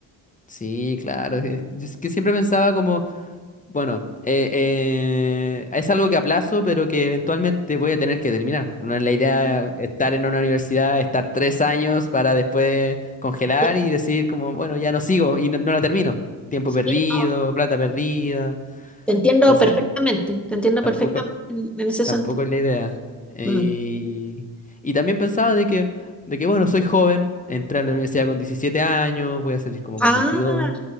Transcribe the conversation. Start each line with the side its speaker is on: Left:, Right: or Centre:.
Left: Sí, claro. eh, Yo es que siempre pensaba como, bueno, eh, eh, es algo que aplazo, pero que eventualmente voy a tener que terminar. No es la idea estar en una universidad, estar tres años para después congelar
Centre: Sí,
Left: y decir como, bueno, ya no sigo y no, no la termino. Tiempo
Centre: sí,
Left: perdido,
Centre: no,
Left: plata perdida.
Centre: te entiendo
Left: Entonces,
Centre: perfectamente, te entiendo
Left: tampoco.
Centre: perfectamente en, en ese
Left: Tampoco
Centre: sentido.
Left: es la idea. Y,
Centre: Mm.
Left: y también pensaba de que, de que, bueno, soy joven, entré a la universidad con 17 años, voy a salir como
Centre: Ah,
Left: con veintidós